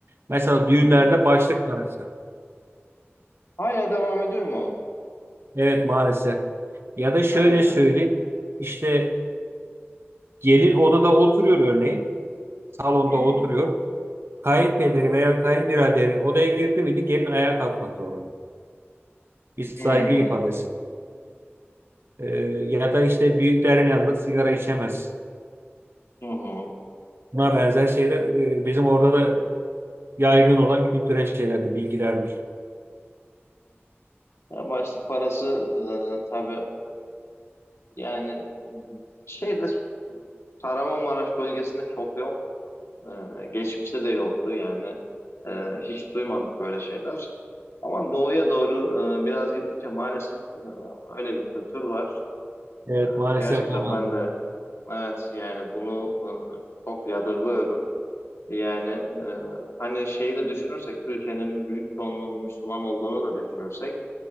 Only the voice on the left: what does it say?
Hı hı.
Hala devam ediyor mu?
Hadi ya.
Hı hı.
Hı hı.
Hı hı.
Ya başlık parası e, tabii yani şeyde Kahramanmaraş bölgesinde çok yok. E, geçmişte de yoktu yani. E, hiç duymadık böyle şeyler. Ama doğuya doğru e, biraz gittikçe maalesef e, öyle bir kültür var.
E, gerçekten
ben
de Evet yani bunu e, çok yadırgıyorum. Yani e, hani şeyi de düşünürsek ülkenin büyük çoğunluğunun Müslüman olduğunu da düşünürsek